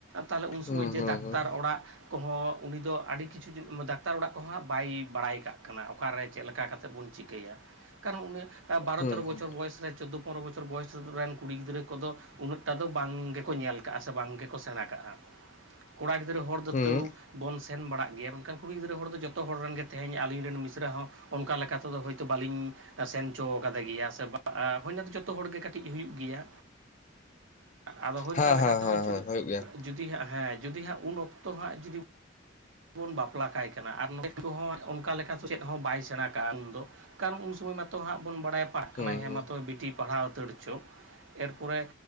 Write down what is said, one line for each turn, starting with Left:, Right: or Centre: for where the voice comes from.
Right: ᱛᱟᱦᱚᱞᱮ ᱩᱱ
Left: ᱦᱩᱸ
Right: ᱥᱚᱢᱚᱭ ᱡᱮ ᱰᱟᱠᱛᱟᱨ
Left: ᱦᱩᱸ
Right: ᱚᱲᱟᱜᱼᱼ ᱠᱚᱦᱚᱸ ᱩᱱᱤ ᱫᱚ ᱟᱹᱰᱤ ᱠᱤᱪᱷᱩ ᱰᱟᱠᱛᱟᱨ ᱚᱲᱟᱜ ᱠᱚᱦᱟᱸᱜ ᱵᱟᱭ ᱵᱟᱲᱟᱭ ᱠᱟᱜ ᱠᱟᱱᱟ ᱚᱠᱟᱨᱮ ᱪᱮᱫ ᱞᱮᱠᱟ ᱠᱟᱛᱮᱫ ᱵᱚᱱᱼᱼ ᱪᱤᱠᱟᱹᱭᱟ ᱠᱟᱨᱚᱱ ᱩᱱᱤ ᱵᱟᱨᱚ
Left: ᱦᱩᱸ
Right: ᱛᱮᱨᱚ ᱵᱚᱪᱚᱨ
Left: ᱦᱩᱸ
Right: ᱵᱚᱭᱮᱥ ᱨᱮ ᱪᱳᱫᱫᱳᱼᱼ ᱯᱚᱱᱨᱚ ᱵᱚᱪᱷᱚᱨ ᱵᱚᱭᱮᱥᱨᱮ ᱨᱮᱱ ᱠᱩᱲᱤ ᱜᱤᱫᱽᱨᱟᱹ ᱠᱚᱫᱚ᱾ ᱩᱱᱟᱹᱜ ᱴᱟ ᱫᱚ ᱵᱟᱝ ᱜᱮᱠᱚ ᱧᱮᱞ ᱠᱟᱜᱼᱟ ᱥᱮ ᱵᱟᱝ ᱜᱮᱠᱚ ᱥᱮᱬᱟ ᱠᱟᱜᱼᱟ᱾ ᱠᱚᱲᱟ ᱜᱤᱫᱽᱨᱟᱹ ᱦᱚᱲ ᱫᱚᱛᱟᱹᱣᱼᱼ
Left: ᱦᱩᱸ
Right: ᱵᱚᱱ ᱥᱮᱱ ᱵᱟᱲᱟᱜ ᱜᱮᱭᱟ ᱢᱮᱱᱠᱷᱟᱱ ᱠᱩᱲᱤ ᱜᱤᱫᱽᱨᱟᱹ ᱦᱚᱲ ᱫᱚ ᱡᱚᱛᱚ ᱦᱚᱲ ᱨᱮᱱ ᱜᱮ ᱛᱮᱦᱮᱧ ᱟᱹᱞᱤᱧ ᱨᱮᱱ ᱢᱤᱥᱨᱟ ᱦᱚᱸᱼᱼ ᱚᱱᱠᱟ ᱞᱮᱠᱟ ᱛᱮᱫᱚ ᱦᱳᱭᱛᱳ ᱵᱟᱹᱞᱤᱧᱼᱼ ᱥᱮᱱ ᱦᱚᱪᱚ ᱠᱟᱫᱮ ᱜᱮᱭᱟ ᱥᱮ ᱦᱩᱭᱱᱟ ᱫᱚ ᱡᱚᱛᱚ ᱦᱚᱲᱜᱮ ᱠᱟᱹᱴᱤᱡ ᱦᱩᱭᱩᱜ ᱜᱮᱭᱟ᱾ ᱟᱫᱚ ᱦᱳᱭ ᱚᱱᱠᱟ
Left: ᱦᱮᱸ
Right: ᱞᱮᱠᱟ
Left: ᱦᱮᱸ
Right: ᱛᱮᱦᱚᱸᱩᱤ
Left: ᱦᱮᱸ ᱦᱮᱸ ᱦᱩᱭᱩᱜ ᱜᱮᱭᱟ
Right: ᱡᱩᱫᱤ ᱦᱟᱸᱜ ᱦᱮᱸ ᱡᱩᱫᱤ ᱦᱟᱸᱜ ᱩᱱ ᱚᱠᱛᱚ ᱦᱟᱸᱜ ᱡᱩᱫᱤ, ᱵᱚᱱ ᱵᱟᱯᱞᱟ ᱠᱟᱭ ᱠᱟᱱᱟ ᱟᱨ ᱱᱚᱛ ᱠᱚᱦᱚᱸ ᱚᱱᱠᱟ ᱞᱮᱠᱟ ᱞᱮᱠᱟᱛᱮ ᱪᱮᱫ ᱦᱚᱸ ᱵᱟᱭ ᱥᱮᱬᱟ ᱠᱟᱜᱼᱟ ᱩᱱᱫᱚ᱾ ᱠᱟᱨᱚᱱ ᱩᱱ ᱥᱚᱢᱚᱭ ᱢᱟᱛᱚ ᱦᱟᱸᱜ ᱵᱚᱱ ᱵᱟᱲᱟᱭ ᱯᱟᱲᱟᱜ ᱠᱟᱱᱟ
Left: ᱦᱩᱸ
Right: ᱦᱮᱸ
Left: ᱦᱩᱸ
Right: ᱢᱟᱛᱚ ᱵᱤᱴᱤ ᱯᱟᱲᱦᱟᱣ ᱩᱛᱟᱹᱲ ᱦᱚ ᱪᱚ᱾ ᱮᱨᱯᱚᱨᱮ